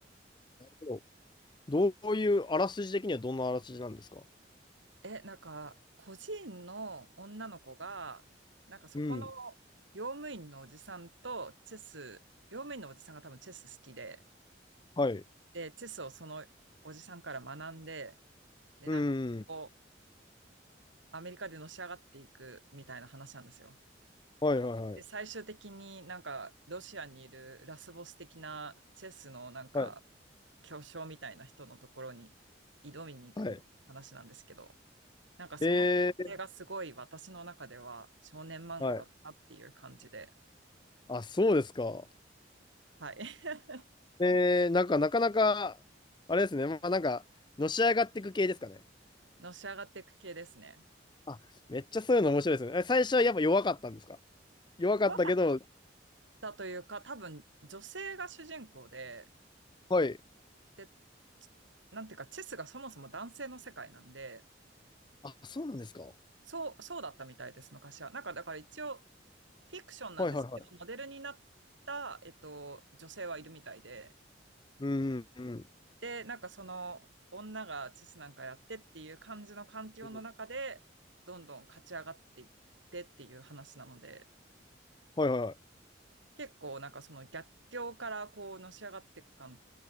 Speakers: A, on the left; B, on the right.
A: なるほど。どういう、あらすじ的にはどんなあらすじなんですか
B: え、なんか、個人の女の子が、なんかそこの
A: うん。
B: 用務員のおじさんとチェス、用務員のおじさんが多分チェス好きで、
A: はい。
B: で、チェスをそのおじさんから学んで、で、
A: う
B: なんかこう、
A: ん。
B: アメリカでのし上がっていくみたいな話なんですよ。
A: はいはいはい。
B: で、最終的になんかロシアにいるラスボス的なチェスのなんか
A: はい。
B: 巨匠みたいな人のところに挑みに行くみたいな話なんですけど、
A: はい。
B: なんかその過程がすごい私の中では少年漫画だったっていう感じで、
A: えー、はい。あ、そうですか。
B: はい。<laughs>
A: えー、なんか、なかなか、あれですね。まあ、なんか、のし上がっていく系ですかね。
B: のし上がっていく系ですね。
A: あ、めっちゃそういうの面白いですね。え、最初はやっぱ弱かったんですか弱かったけど、
B: 違和感だというか、多分女性が主人公で、
A: はい。
B: で、なんていうか、チェスがそもそも男性の世界なんで、
A: あ、そうなんですか。は
B: そう、そうだったみたいです、昔は。なんかだから一応、フィクションなんですけど、
A: いはいはい。
B: モデルになった、えっと、女性はいるみたいで、
A: うんうん
B: で、なんかその女がチェスなんかやってっていう感じの環境の中で、
A: うん。
B: どんどん勝ち上がっていってっていう話なので、
A: はいはいはい。
B: 結構なんかその逆境からこうのし上がっていく感